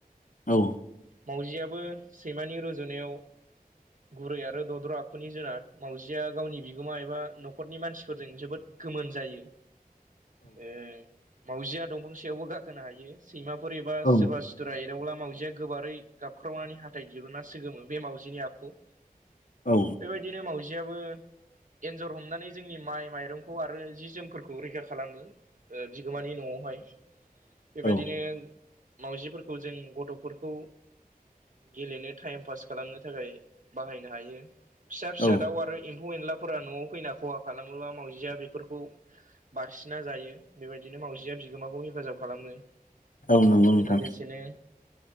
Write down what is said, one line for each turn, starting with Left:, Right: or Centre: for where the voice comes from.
Left: औ
Right: मावजिआबो सैमानि रुजुनायाव गुरै आरो दद्र' आखुनि जुनाद मावजिआ गावनि बिगोमा एबा नखर न'खरनि मानसिफोरजों जोबोद गोमोन जायो ओ मावउजिआ दंफांसायावबो गाखोनो हायो सैमाफोर एबा
Left: औ
Right: सोरबा सि सुथुरा एदावब्ला मावजिआ गोबारै गाबख्रावनानै हाथाइ दिरुनना सोगोमो बे मावजिनि आखु
Left: औ
Right: बेबायदिनो मावजिआबो एन्जर हमनानै जोंनि माइ माइरंखौ आरो जि जोमफोरखौ खौ रैखा खालामो ओ बिगोमानि न'आवहाय बेबायदिनो
Left: औ
Right: मावउजिफोरखौ जों गथ'फोरखौ गेलेनो टाइम पास खालामनो थाखाय बाहायनो हायो। फिसा फिसा
Left: औ
Right: दाउ आरो एम्फौ एनलाफोरा न'आव फैना खहा खालामोब्ला मावजिया बेफोरखौ बारसिन्ना जायो बेबायदिनो मावजिया बिगोमाखौ हेफाजाब खालामो।
Left: औ नंगौ नोंथां
Right: लोगोसेनो